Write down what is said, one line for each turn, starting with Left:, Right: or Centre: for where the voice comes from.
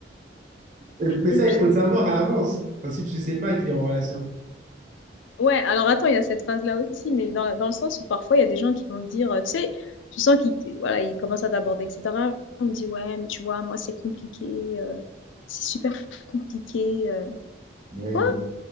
Right: Mais mais
Left: et
Right: ça,
Left: puis
Right: il faut le savoir à l'avance. Enfin, si tu ne sais pas qu'il est en relation.
Left: Ouais, alors attends, il y a cette phase-là aussi, mais dans, la- dans le sens où parfois il y a des gens qui vont te dire, euh, tu sais, tu sens qu'ils t- voilà, ils commencent à t'aborder, etc. On me dit, ouais, mais tu vois, moi c'est compliqué, euh, c'est super compliqué. euh.
Right: Oui.
Left: Quoi?